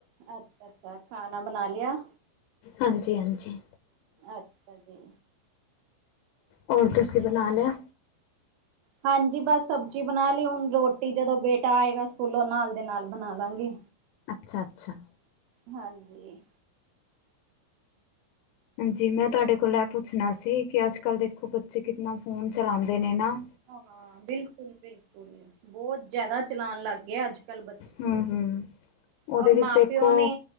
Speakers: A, on the right; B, on the left.
A: ਅੱਛਾ-ਅੱਛਾ ਖਾਣਾ ਬਨਾ ਲਿਆ।
B: ਹਾਂਜੀ-ਹਾਂਜੀ
A: ਅੱਛਾ ਜੀ।
B: ਹੋਰ ਤੁਸੀਂ ਨਾ ਲਿਆ।
A: ਹਾਂਜੀ ਬਸ ਸਬਜ਼ੀ ਬਣਾ ਲਈ ਹੁਣ ਰੋਟੀ ਜਦੋਂ ਬੇਟਾ ਆਏਗਾ ਸਕੂਲੋਂ ਨਾਲ ਦੇ ਨਾਲ ਬਣਾ ਲਾਂਗੇ।
B: ਅੱਛਾ-ਅੱਛਾ।
A: ਹਾਂਜੀ।
B: ਹਾਂਜੀ ਮੈਂ
A: ਹੋਰ?
B: ਤੁਹਾਡੇ ਕੋਲ ਐ ਪੁੱਛਣਾ ਸੀ ਕਿ ਅੱਜ ਕੱਲ ਦੇਖੋ ਬੱਚੇ ਕਿਤਨਾ ਫੋਨ ਚਲਾਂਦੇ ਨੇ ਨਾ।
A: ਹਾਂ ਬਿਲਕੁਲ-ਬਿਲਕੁਲ ਬੋਤ ਜਾਦਾ ਚਲਾਨ ਲਗ ਗਏ ਅੱਜ-ਕੱਲ ਬ
B: ਹਮ ਹਮ ਉਹਦੇ
A: ਔਰ ਮਾਂ
B: ਵਿੱਚ ਦੇਖੋ
A: ਪਿਓ ਨੇ